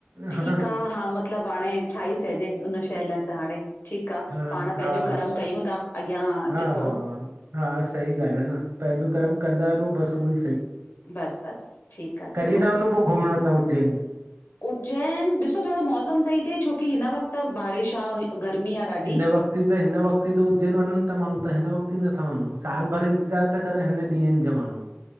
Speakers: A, on the left; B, on the right.
A: ठीक
B: हा
A: आ हा, मतलब हाणे छा ही चइजे हुन शइ लाइ त हाणे। ठीक आ,
B: हा
A: पाण पंहिंजो
B: हा
A: कर्म
B: हा
A: कयूं था। अॻियां
B: हा
A: ॾिसो।
B: हा हा सही ॻाल्हि आहे न पंहिंजो कर्म कंदा हलो, बस उहो ही
A: बस बस ठीक आ,
B: कॾहिं
A: चलो।
B: था वञो पोइ घुमण तव्हां उज्जैन
A: उज्जैन! ॾिसो थोरो मौसम सही थिए, छो कि हिन वक़्त बारिश आ, गर्मी आ। ॾाढी
B: हिन वक़्त त हिन वक़्तु ई त उज्जैन वञन ता माण्हू त हिन वक़्त ही नथा वञू साल भर इंतज़ार था करन ता हिन ॾींहंनि जा माण्हू।